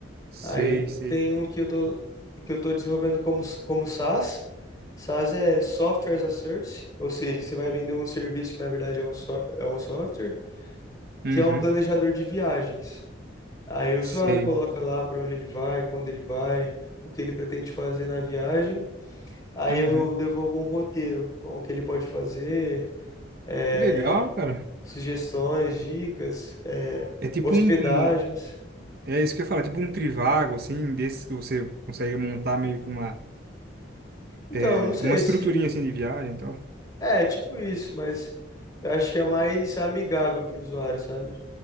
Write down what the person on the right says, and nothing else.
Sei,
sei.
Uhum.
Sei.
Uhum.
Que legal, cara.
É tipo
um, um- É isso que eu ia falar, tipo um trivago, assim, desses que você consegue montar meio que uma,
é,
uma estruturinha,
assim, de viagem e tal.